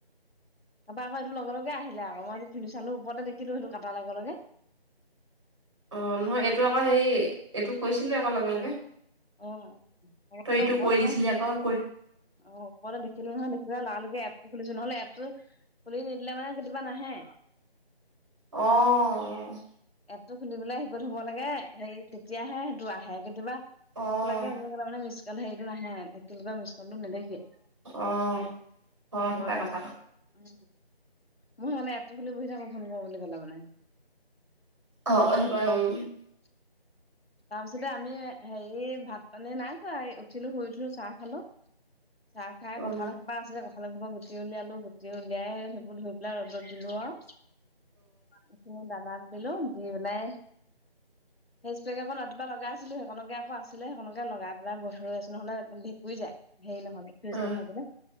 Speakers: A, on the left; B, on the right.
A: তাৰপা আকৌ এইটো লগে আহিলে আৰু, মইটো খুলি চালো ওৰতে দেখিলো সেইটো কাটাৰ লগে লগে।
B: অ' নহয় এইটো আকৌ হেৰি এইটো কৈছিলোঁ আকৌ লগে লগে।
A: অ'
B: তই ইটো
A: বৰ
B: কৈ দিছিলি
A: <unintelligible>
B: আকৌ কৈ
A: অ' অকলে দেখিলো নহয় দেখিলা লালকে খুলিছো, নহলে এপটো খুলি নিদিলে মানে কেতিয়াবা নাহে।
B: অ'।
A: এপটো খুলি পেলাই শিকত হব লাগে, হে তেতিয়াহে সেইটো আহে কেতিয়াবা
B: অ', অ',
A: নোখোলাকে এনেলে মানে মিছ কাল হেৰিটো নাহে এনেকুৱা মিছ কলো নেদেখি,
B: অ', অ',
A: পত
B: সেইটা কথা
A: উম মই হলে এপ খি বহি থাকো ফোন কৰো বুলি ক'লে মানে।
B: অ' হব, উম।
A: <inaudible> তাৰপিছতে আমি হেৰি ভাত পানী নাই খোৱা, উঠিলো শুই উঠিলো চাহ খালো। চাহ খাই
B: অ',
A: কঠাল কা আছিলে, কঠাল পৰা গুটি উলিয়ালো, গুটি উলিয়াই সেইবোৰ ধুই পেলাই ৰ'দত দিলো আৰু। এইখিনি দানাত দিলো, দি পেলাই পেক একখন ৰাতিপুৱা লগাই আছিলো, সেইখনকে আকৌ আছিলে, সেইখনকে লগাই পেলাই ভ ৰৈ আছো নহলে <unintelligible> যায়। হেৰি নহলে ফ্ৰিজ
B: অ',
A: নাথাকিলে,